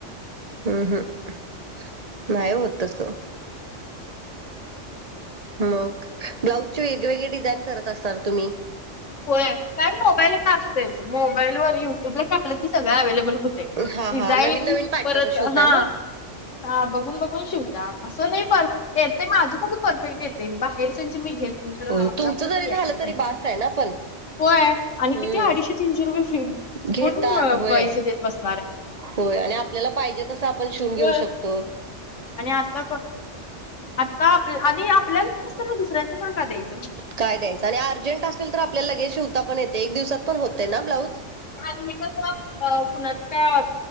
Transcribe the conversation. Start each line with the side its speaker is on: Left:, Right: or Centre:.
Right: हम्म हम्म नाहीय होतस. मग ब्लाउजचे वेगवेगळे डिझाईन करत असणार तुम्ही.
Left: हो काय मोबाईल फ असतयच मोबाईल व युट्यूब ल. टाक सगळ अव्लेबल होते
Right: हा हा
Left: डिझाईन
Right: नवीन नवीन पॅटर्न
Left: परत
Right: शिवताय
Left: हा
Right: मग?
Left: हा बघून बघून शिवता असं नाही पर येतय माझं पण परफेक्ट येतय बा खरसचे मी घेत नाही तर
Right: होय
Left: आपला
Right: तुमचं
Left: क तरी
Right: जरी झालं
Left: यायलाच पाहिजे
Right: बास
Left: ना.
Right: आहे पण
Left: होय आणि
Right: हम्म
Left: तिथे अडीचशे तीनशे रुपये फी
Right: घेतात
Left: पून
Right: होय.
Left: पैसे देत बसत.
Right: होय आणि आपल्याला पाहिजे तस आपण शिवून घेऊ
Left: होय.
Right: शकतो.
Left: आणि आता क- आता आप आणि आपल्या असताना दुसऱ्यांच्या पण काय द्यायचंण.
Right: काय द्यायचं आणि अर्जंट असल तर आपल्याला लगे शिवता पण येते एक दिवसात पण होतेय ना ब्लाऊज.
Left: आणि हे कस कुणाचं काय